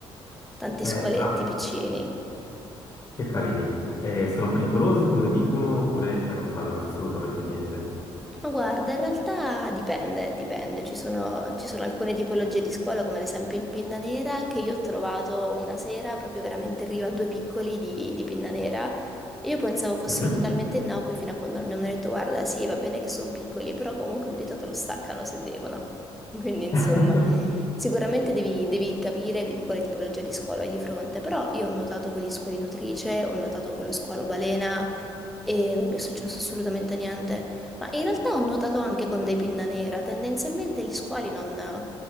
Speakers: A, in the centre; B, on the left (about 35°).
A: tanti
B: eh,
A: squaletti
B: ah.
A: piccini.
B: Che carini. Eh, sono pericolosi, come dicono, oppure cioè, non fanno assolutamente niente?
A: Ma guarda, in realtà dipende, dipende. Ci sono, ci sono alcune tipologie di scuola, come ad esempio il pinna nera, che io ho trovato una sera proprio veramente in riva a due piccoli di, di pinna nera e Io pensavo fossero
B: Mhm.
A: totalmente innocui fino a quando mi hanno detto, guarda, sì, va bene che sono piccoli, però comunque un dito te lo staccano se devono. <laughs> Quindi, insomma,
B: <laughs>
A: sicuramente devi, devi capire di quale tipologia di squalo hai di fronte, però io ho notato con gli squali nutrice, ho notato con lo squalo balena e non mi è successo assolutamente niente. Ma in realtà ho notato anche con dei pinna nera, tendenzialmente gli squali non...